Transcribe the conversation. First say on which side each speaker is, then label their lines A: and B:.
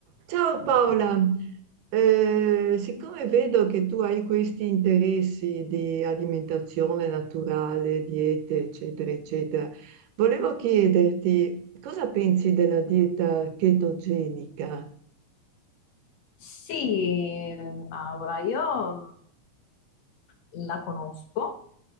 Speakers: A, on the right (about 80°); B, on the left (about 65°).
A: Ciao Paola, Eh, siccome vedo che tu hai questi interessi di alimentazione naturale, diete, eccetera, eccetera, volevo chiederti cosa pensi della dieta chetogenica
B: Sì, Maura, io mh, la conosco,